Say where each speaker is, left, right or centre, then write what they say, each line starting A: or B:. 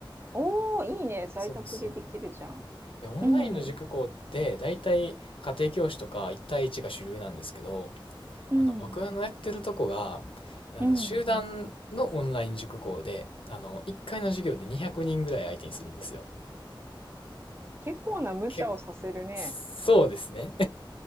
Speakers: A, on the right (about 25°); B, on the left (about 80°).
A: おー、いいね。在宅でできるじゃん。
B: そうそう。で、オンラインの塾講って、
A: うん。
B: 大体、家庭教師とか、一対一が主流なんですけど、
A: うん。
B: あの、僕のやってるとこが、あの、
A: うん。
B: 集団のオンライン塾講で、あの、1回の授業で200人ぐらい相手にするんですよ。
A: 結構な無茶をさせるね。
B: け、そうですね。